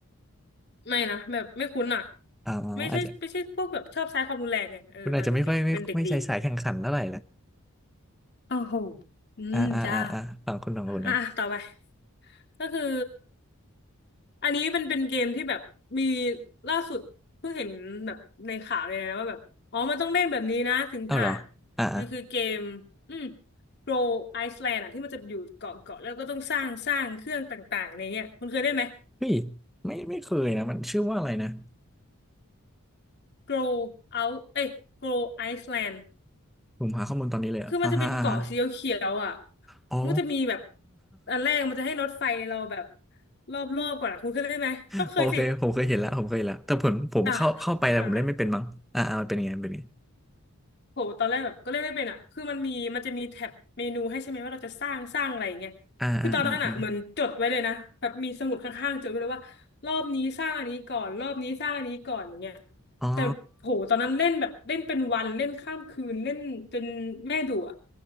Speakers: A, on the left; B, in the centre.
A: ไม่นะแบบไม่คุ้นอ่ะ
B: อ่าอาจจะ
A: ไม่ใช่ไม่ใช่พวกแบบชอบใช้ความรุนแรงไงเออตอนเด็กๆเป็นเด็กดี
B: คุณอาจจะไม่ค่อยไม่ไม่ใช่สายแข่งขันเท่าไหร่ละ
A: โอ้โหอืมจ้า
B: อ่าอ่าอ่าอ่าฝั่งคุณของคุณเนาะ
A: อ่ะต่อไปก็คืออันนี้เป็นเป็นเกมที่แบบมีล่าสุดเพิ่งเห็นแบบในข่าวเลยนะว่าแบบอ๋อมันต้องเล่นแบบนี้นะถึงผ่าน
B: เอาเหรออ่าอ่า
A: มันคือเกมอืมโปรไอซ์แลนด์อ่ะที่มันจะอยู่เกาะเกาะแล้วก็ต้องสร้างสร้างเครื่องต่างๆในเนี้ยคุณเคยเล่นไหม
B: เฮ้ยไม่ไม่เคยนะมันชื่อว่าอะไรนะ
A: grow out เอ้ย grow Iceland
B: ผมหาข้อมูลตอนนี้เลยอะอ่าฮะอ่าฮะ
A: คือมันจะเป็นเกาะสีเขียวๆอ่ะ
B: อ๋อ
A: มันจะมีแบบอันแรกมันจะให้รถไฟเราแบบรอบๆก่อนอะคุณเคยได้ไหมต้องเคยสิ
B: <laughs> โอเคผมเคยเห็นแล้วผมเคยเห็นแล้วแต่ผมผมเข้าเข้าไปแต่ผมเล่นไม่เป็นมั้งอ่าอ่ามันเป็นยังไงมันเป็นยังไง
A: อ่ะ อ่ะอ่ะ โหตอนแรกแบบก็เล่นไม่เป็นอ่ะคือมันมีมันจะมีแท็บเมนูให้ใช่ไหมว่าเราจะสร้างสร้างอะไรอย่างเงี้ย
B: อ่าอ่าอ่าอา
A: คือตอนนั้นอ่ะเหมือนจดไว้เลยนะแบบมีสมุดข้างๆจดไว้เลยว่ารอบนี้สร้างอันนี้ก่อนรอบนี้สร้างอันนี้ก่อนอย่างเงี้ย
B: อ๋อ
A: แต่โหตอนนั้นเล่นแบบเล่นเป็นวันเล่นข้ามคืนเล่นจนแม่ดุอ่ะ